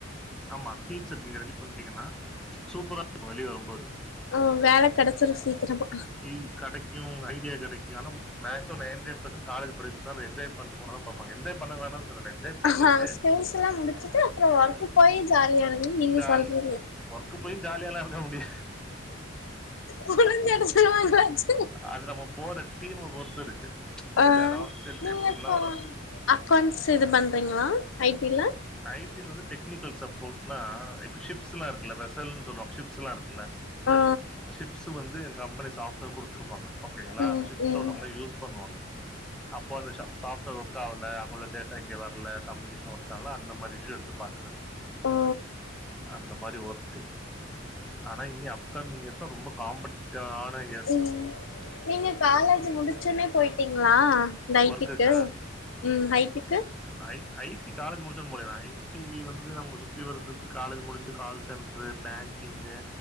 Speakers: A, in the centre; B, on the left.
A: ஆமா ஸ்கில் செட் நீங்க ரெடி பண்ணிட்டீங்கன்னா சூப்பரா இருக்கு வெளிய வரும்போது
B: ம் வேல ககெடச்சுரு சீக்கிரமா
A: இ கடைக் கியு ஐடியா கிடைக்கு ஆனா maximum ninety nine percent college படிக்கும்போது என்ஜாய் பண்ணனு தா நெனைப்போ என்ஜாய் பண்ண வேணான் சொல்லல என்ஜாய் பண்ணிட்டு
B: ஹா ஸ்கில்ஸ் எல்லா முடிச்சுட்டு அப்றோ ஒர்க்கு போய் ஜாலியா இருங்கன் நீங்க
A: ஜாலி
B: சொல்றீங்க
A: ஒர்க்கு போயு ஜாலியாலா இருக்க முடில
B: புழிஞ்சு எடுத்துருவாங்களாச்சு
A: அது நம்ம போற டீம பொறுத்து இருக்கு
B: ஆ
A: சில இடோ சில
B: நீங்க
A: எபபுன்னா
B: இப்ப
A: ஒரு
B: அக்கௌண்ட்ஸ் இது பண்றிங்களா ஐடியில
A: ஐடீல வந்து டெக்னிக்கல் சப்போர்ட்னா இப்ப ஷிப்ஸ் எல்லா இருக்குல்ல வேசெல்னு சொல்லுவாங்க ஷிப்ஸ் எல்லா இருக்குல்ல
B: ஆ
A: சிஷிப்ஸ் வந்து எ கம்பெனி சாப்ட்வேர் குடுத்துருப்பாங்க ஓகேங்களா
B: ம்
A: அந்த ஸிஃப்ட்ஸ்ல
B: ம்
A: உள்ளவங்க யூஸ் பண்ணுவாங்க அப்போ அந்த சாப்ட்வேர் ஒர்க் ஆகல அங்குள்ள டேட்டா இங்க வர்ல கம்யூனிகேஷன் ஒர்க் அதனால அந்த மாரி ஸயூ எடுத்து பாக்றது
B: ஆ
A: அந்த மாரி ஒர்க் ஆனா இனி அப்கமிங் இயர்ஸ் ரொம்ப காம்படேட்டிவ் ஆன <unintelligible>
B: ம் நீங்க காலேஜ் முடிச்சோன்னே போயிட்டீங்ளா நைட்டுக்கு
A: ஒர்க்குக்கு
B: ம் ஹைட்டுக்கு
A: ஐ ஐட் காலேஜ் முடிச்சன்னு போனது ஐ டி வந்து நம்ம சுத்தி வர்றதுக்கு காலேஜ் முடிச்சு கால் சென்டரு பேங்கிங்கு